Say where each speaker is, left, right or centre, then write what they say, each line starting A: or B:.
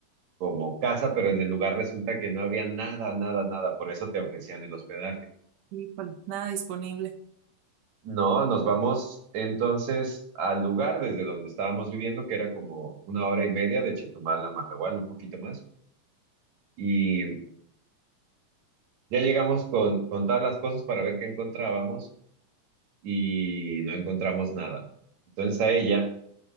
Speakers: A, on the right; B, on the right.
A: como casa, pero en el lugar resulta que no había nada, nada, nada. Por eso te ofrecían el hospedaje.
B: Híjole, nada disponible.
A: No, nos vamos entonces al lugar desde donde estábamos viviendo, que era como una hora y media de Chetumal a Mahahual, un poquito más. Y Ya llegamos con, con todas las cosas para ver qué encontrábamos y no encontramos nada. Entonces a ella,